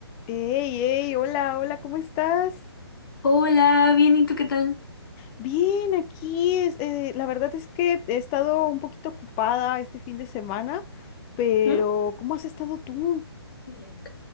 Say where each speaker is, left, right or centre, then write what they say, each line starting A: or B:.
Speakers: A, on the left (about 20°); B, on the left (about 55°).
A: Hey, hey, hola, hola, ¿cómo estás?
B: Hola, bien, ¿y tú qué tal?
A: Bien, aquí, es- eh, la verdad es que he estado un poquito ocupada este fin de semana, pero
B: Ujú.
A: ¿cómo has estado tú?
B: Bien,